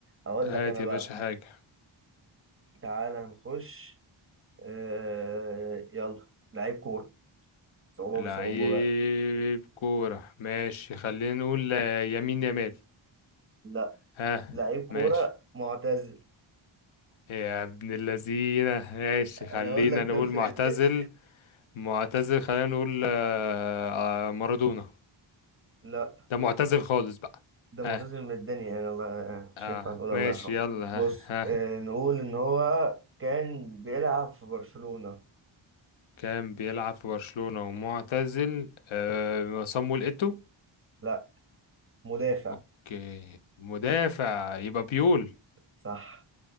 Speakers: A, on the right (about 30°); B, on the left (about 70°).
A: اقول
B: هات
A: لك انا
B: يا
A: بقى
B: باشا حاجة
A: تعالى نخش آه يلا لعيب كورة صعوبة
B: لعيب
A: بصعوبة بقى
B: كورة ماشي خلينا نقول آه، يمين يمال
A: لا
B: ها
A: لعيب كورة
B: ماشي
A: معتزل
B: يا ابن اللذينة ماشي
A: انا
B: خلينا
A: اقول لك
B: نقول
A: نفس
B: معتزل
A: الانتاج
B: معتزل خلينا نقول آه، آه، مارادونا
A: لا
B: ده معتزل خالص بقى
A: ده معتزل
B: ها
A: من الدنيا يعني الله مش
B: آه
A: هينفع نقول الله
B: ماشي
A: يرحمه
B: يلا
A: بص
B: ها ها
A: آه، نقول إن هو كان بيلعب في برشلونة
B: كان بيلعب في برشلونة ومعتزل آه صامويل إيتو
A: لا مدافع
B: اوكي مدافع يبقى بيول
A: صح